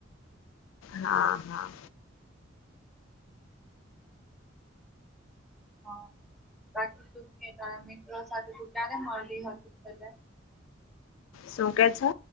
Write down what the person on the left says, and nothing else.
હા હા.
શું કે છો?